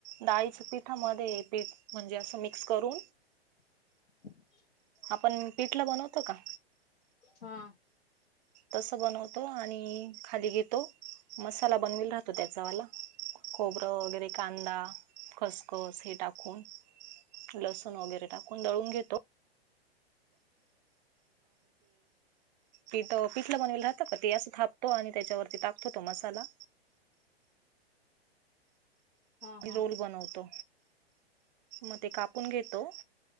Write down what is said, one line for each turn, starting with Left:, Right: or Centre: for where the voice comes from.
Right: डाळीच्या पिठामध्येध्ये पीठ म्हणजे असं मिक्स करून
Left: <unintelligible>
Right: आपण पीठला बनवतो का?
Left: हा.
Right: तसं बनवतो आणि खाली घेतो मसाला बनवेल राहतो त्याचा वाला खबरं वगैरे कांदा खसखस हे टाकून लसूण वगैरे टाकून दळून घेतो. पिठ पीठलं बनवलं जातं का ते असं थापतो आणि त्याच्यावरती टाकतो तो मसाला
Left: हा
Right: म
Left: हा
Right: रोल बनवतो मग ते कापून घेतो.